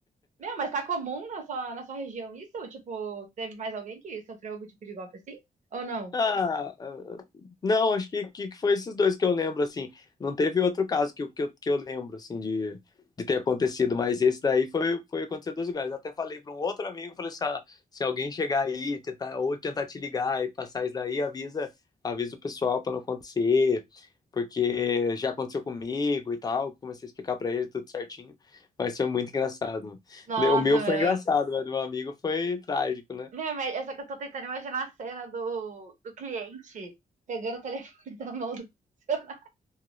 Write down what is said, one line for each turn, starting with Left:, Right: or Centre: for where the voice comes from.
Right: Meu, mas tá comum na sua, na sua região isso? Tipo, teve mais alguém que sofreu algum tipo de golpe assim? Ou não?
Left: Ah, ah, não, acho que, que que foi esses dois que eu lembro, assim. Não teve outro caso que, eu- que, eu, que eu lembro, assim, de, de ter acontecido, mas esse daí foi, foi acontecer em dois lugares. Até falei para um outro amigo, falei assim, ah, se alguém chegar aí, tentar, ou tentar te ligar e passar isso daí, avisa, avisa o pessoal para não acontecer, porque já aconteceu comigo e tal. Comecei a explicar para ele tudo certinho, mas foi muito engraçado.
Right: Nossa,
Left: O meu foi
Right: meu.
Left: engraçado, mas do meu amigo foi trágico, né?
Right: Meu, mas é só que eu tô tentando imaginar a cena do, do cliente pegando o telefone <laughs> da mão do funcionário.